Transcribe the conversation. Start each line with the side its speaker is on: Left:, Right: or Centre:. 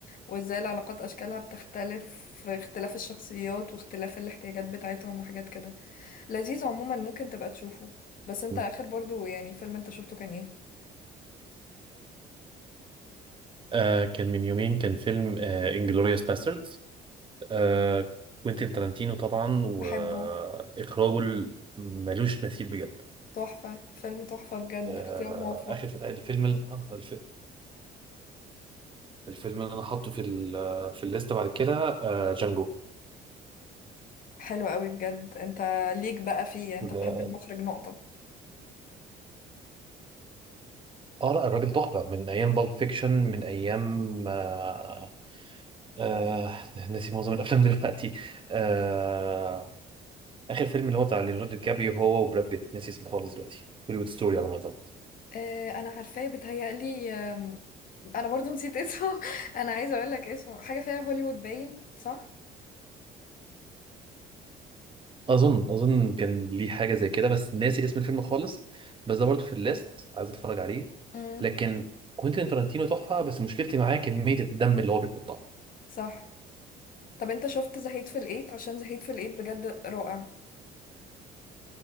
Left: وازاي العلاقات اشكالها بتختلف في اختلاف الشخصيات واختلاف الاحتياجات بتاعتهم وحاجات كده لذيذ عموما ممكن تبقى تشوفه بس انت
Right: مم.
Left: اخر برضو يعني فيلم انت شفته كان ايه
Right: آه كان من يومين كان فيلم آه انجلوريوس باستردز آه كوينتين ترانتينو طبعا واخراجه
Left: بحبه
Right: ال- ملوش مثيل بجد
Left: تحفة فيلم تحفة بجد
Right: آه
Left: اختيار موفق
Right: اخر ف- الفيلم ال- آه الف- الفيلم اللي انا حاطه في ال- في الليسته بعد كده آه جانجو
Left: حلو قوي بجد انت ليك بقى فيه انت
Right: ده-
Left: بتحب المخرج نقطة
Right: اه لا الراجل تحفه من ايام بالب فيكشن من ايام آه آه ناسي معظم الافلام دلوقتي آه اخر فيلم اللي هو بتاع ليوناردو دي كابريو هو وبراد بيت ناسي اسمه خالص دلوقتي هوليوود ستوري على ما اظن
Left: اه انا عارفاه بيتهيألي آم، انا برضو نسيت اسمه <laughs> انا عايزة اقول لك اسمه حاجة فيها هوليوود باين صح
Right: اظن اظن كان ليه حاجه زي كده بس ناسي اسم الفيلم خالص بس ده برضه في اللاست عايز اتفرج عليه
Left: امم
Right: لكن كوينتين ترنتينو تحفه بس مشكلتي معاه كميه الدم اللي هو بيحطها
Left: صح طب انت شفت زهيد في الايت عشان زهيد في الايت بجد رائع